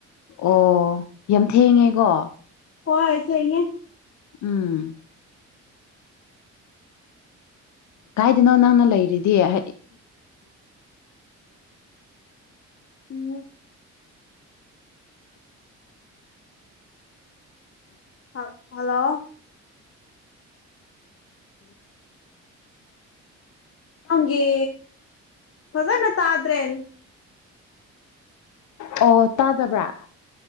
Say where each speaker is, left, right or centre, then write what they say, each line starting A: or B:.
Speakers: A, on the left; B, on the left.
A: ꯑꯣ ꯌꯥꯝ ꯊꯦꯡꯉꯦꯀꯣ
B: ꯍꯣꯏ ꯊꯦꯡꯉꯦ
A: ꯎꯝ ꯀꯥꯏꯗꯅꯣ ꯅꯪꯅ ꯂꯩꯔꯤꯗꯤ <unintelligible>
B: ꯎꯝ ꯍꯜ ꯍꯜꯂꯣ ꯅꯪꯒꯤ ꯐꯖꯅ ꯇꯥꯗ꯭ꯔꯦ
A: ꯑꯣ ꯇꯥꯗꯕ꯭ꯔꯥ